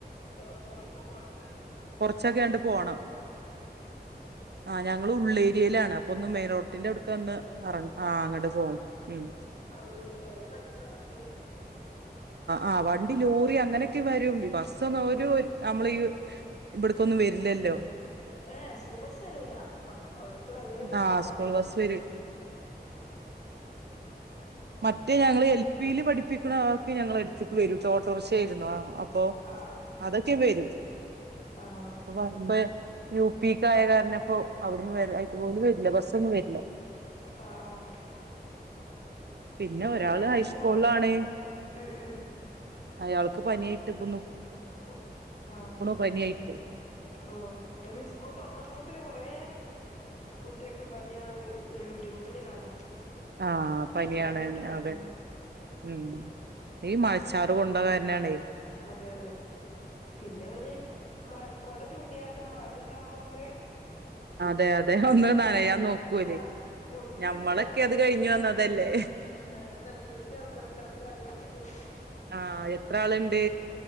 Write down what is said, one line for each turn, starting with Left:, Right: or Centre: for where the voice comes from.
Left: കൊ കൊറെ പോവാണ്ട്
Right: ച്ചക്കെ അണ്ട് പോണം
Left: ആഹ് ആഹ്
Right: ആഹ് ഞങ്ങള് ഉള്ളേരിയയിലാണ് അപ്പൊന്ന് മേലോ വീട്ടിന്റെ അവുട്ക്കൊന്ന്
Left: അതെ അതെ
Right: എറ ആ അങ്ങട്ട് പോണം ഊം
Left: ക്കുല ചെറിയ വണ്ടികളൊക്കെ അങ്ങനെയല്ലേ
Right: ആഹ് വണ്ടി ലോറി അങ്ങനെയൊക്കെ വരും ബസ്സന്ന് ഓരോ ഒര് നമ്മളീ ഇവിടക്കൊന്നും വെരു ഇല്ലല്ലോ
Left: ഏ സ്കൂൾ ബസ് വരൂല അള്ളാ അവർക്ക് ഭയങ്കര ഡിമേന്റോക്കെ
Right: ആ സ്കൂൾ ബസ് വരും മറ്റഹ് ഞങ്ങള് എൽ. പില് പഠിപ്പിക്ണ ആക്ക് ഞങ്ങളെട്ത്ത്ക്ക് വെരും ട്ടോ ഓട്ടൊറിക്ഷ ആയിരുന്നു പ്പൊ
Left: ആഹ്
Right: അതൊക്കെ ബേരും
Left: ആഹ് ആഹ്
Right: <unintelligible> യു. പീക്ക് ആയ കാരണം ഇപ്പോ അവരും വെര്‌ <unintelligible> ഓല് വെര്ല്ല ബസ്സൊന്നും വെര്ല്ല
Left: ആഹ് ആഹ്
Right: പിന്നെ
Left: ഇവിടെ
Right: ഒരാള് ഹൈസ്കൂൾലാണ്
Left: സ്കൂൾ അടു ഉം ഉം
Right: അയാൾ ക്ക് പനിയായിട്ട് പോ
Left: പോയി ആഹ്
Right: പനിയായിട്ട്
Left: ഓ ഇബന് സ്കൂൾ തോർന്നപ്പോത്തിന് കൊറെ പുട് <unintelligible> പനിയാണെന്ന് <unintelligible> ഗ്രൂപ്പില് കാണാ
Right: ആഹ് പനിയാണ്
Left: തോർന്ന്ട്ട് ഒളളു
Right: അതെ
Left: മ്
Right: ഉം ഈ മഴച്ചാറ് കൊണ്ടകാരനാണേ
Left: അതെ അതെ പിന്നെ ഒരു മയ് കോട ചൂടിയാലും മഴ ഇണ്ടാവുമ്പോ ഒന്ന്
Right: അതെ അതെ ഒന്ന് നനയാൻ നോക്കൊലേ
Left: ആഹ് ഓൽക്ക്
Right: ഞമ്മളൊക്കെ
Left: കിട്ടിയ അവസരല്ലേ
Right: അത് കഴിഞ് വന്നതല്ലേ
Left: ഉം അതന്നെയാണ് കിട്ടിയ അവസരല്ലേ ഒന്ന് നനയട്ടെ വിചാരിച്ച്
Right: ആഹ് ത്ര ആള്ണ്ട്